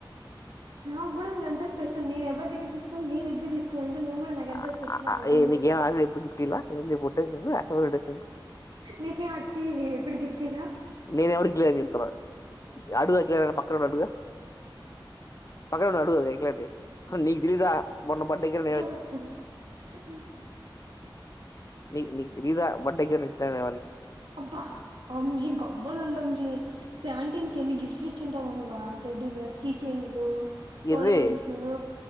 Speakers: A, on the right (about 80°); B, on the left (about 40°).
A: నాగూడ నువ్వెంత స్పెషల్ నేన్ ఎవ్వర్ దగ్గర తీస్కొని నీ దగ్గర తీసుకున్ టె నువ్ గుడ నాక్
B: ఆ,
A: ఎంత స్పెషలో
B: ఆ, ఆ,
A: అర్థం
B: ఏ,
A: చేస్కో
B: నీకేం ఆశ ఇప్పుడు గిఫ్ట్ ఇలా నీ పుట్టే చెప్పు ఆశపడి చెప్పు
A: నీక్ ఈ అక్కి ఎప్పుడు గిఫ్ట్ ఇయ్యల
B: నేన్ ఎవ్వర్కియ్యలే అని చెప్తున్న అడ్గ్ అజయ్ అన్నని పక్కనున్నడ్ అడ్గు పక్కనున్నడ్ అడ్గు ఇంకంటే హు నీక్ దెలీదా మొన్న బడ్డేకి ఇర్వై
A: <unintelligible>
B: నిక్
A: అసలు
B: నిక్ తెలీదా బడ్డేకి ఏం ఇచ్చానని
A: అబ్బా వంశీ గమ్మునుండ్ వంశీ సెవెన్ టీన్ కి ఎన్ని గిఫ్ట్లీచ్చింటావు నువ్వా టెడ్డి బేర్ కీచైన్లు పోలో
B: ఇది
A: రింగ్సు